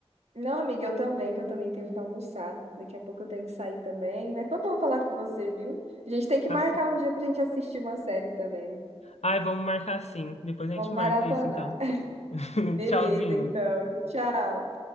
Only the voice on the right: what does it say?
Não, amiga, eu também, que eu também tenho que almoçar. Daqui a pouco eu tenho que sair também. Mas foi bom falar com você, viu? A gente tem que
marcar um dia pra gente assistir uma série também.
Vamos
maratonar.
<laughs>
Beleza,
então. Tchau.